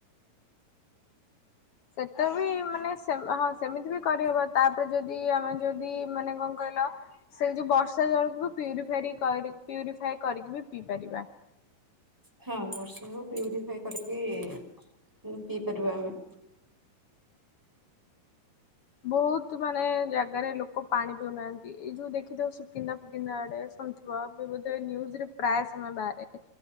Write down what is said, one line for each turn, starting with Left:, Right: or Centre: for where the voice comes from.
Left: ସେଟ ବି ମାନେ ସେ ହଁ ସେମିତି ବି କରିହେବ ତାପରେ ଯଦି ଆମେ ଯଦି ମାନେ କଣ କହିଲ, ସେଇ ଯୋଉ ବର୍ଷା ଜଳକୁ ବି ପିଉରିଫାରି କରି ପିଉରିଫାଇ କରିକି ବି ପିଇ ପାରିବା,
Centre: ହଁ ବର୍ଷକୁ ପିଉରିଫାଇ କରିକି ହୁଁ ପିଇ ପାରିବା ଆମେ,
Left: ବହୁତ ମାନେ ଜାଗାରେ ଲୋକ ପାଣି ପିଉନାହାନ୍ତି, ଏଇ ଯୋଉ ଦେଖିଥିବ ସୁକିନ୍ଦା ଫୁକିନ୍ଦା ଆଡ଼େ ଶୁଣିଥିବ ଏବେବଧେ ନିୟୁଜ୍ ରେ ପ୍ରାୟ ସମୟ ବାହାରେ,